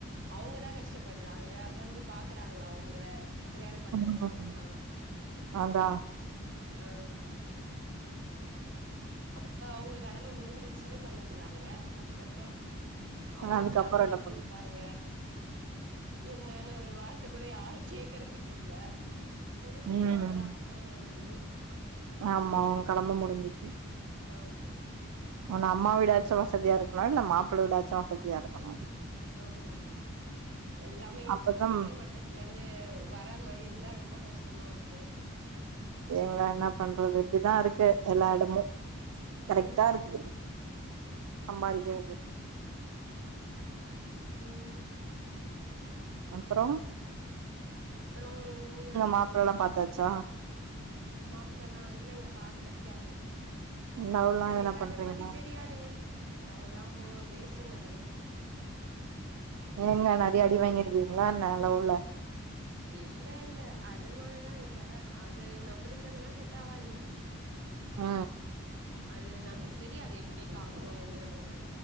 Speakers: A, on the right (about 55°); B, on the right (about 90°).
A: அவங்கதா கஷ்டப்பட்றாங்க வந்து பாக்குறாங்களா உங்கள கல்யாணோ பண்ண
B: ம்
A: வச்சவங்க எல்லா
B: அதா
A: ஆ அப்ப அவங்க கடம முடிஞ்சிருச்சுன்னு பண்ணிட்டுறாங்க அதுக்கப்பறோ அவுங்க
B: அதுக்கப்றோ
A: ஃபேமிலி
B: என்ன
A: எப்டி
B: பண்ண
A: இருக்காங் என்னன்னு ஒரு வார்த்த கூட யாரு கேக்குறதுக்கு இல்ல முடிஞ்சுது
B: ம்
A: அவ்ளோதா ஆ அப்டின்னு
B: ஆமா அவங்க கடம முடிஞ்சுது
A: ஆமா
B: ஒன்னு அம்மா வீடாச்சு வசதியா இருக்கணு இல்ல மாப்பிள வீடாச்சு வசதியா இருக்கணு
A: ஆமா எல்லாமே
B: அப்பதா
A: அடி மட்டத்துல இருந்து வர மாரி இருந்தா ரொம்ப கஷ்டமா இருக்கு
B: எங்க என்னா பண்றது இப்டிதா இருக்கு எல்லா எடமு கரெக்ட்டா
A: ம்
B: இருக்கு சம்பாரிக்கிறது
A: ஆமா ம்
B: அப்பறோ
A: அப்புறோம் நீங்க தா சொல்னு
B: மாப்ளல்லா பாத்தாச்சா
A: ம் மாப்பள்ளல்லா இல்லங்க பாக்கல யாரையு
B: லவ்லா
A: எனக்கு
B: எதனா பண்றீங்களா
A: அத பத்தி தெரியாதுங்க லவுல்லாம் போ வேஸ்ட்டுங்க அதல்லா
B: ஏங்க நறைய அடி வாங்கி இருக்கீங்களா என்னா லவுல்ல
A: இல்ல இல்ல அது மாரில்லா இல்ல அது நம்பளுக்கு அதுலா செட் ஆவாதுங்க
B: அ
A: அது நம்மளுக்கு தெரியாது எப்டி பாக்கணு என்னன்லா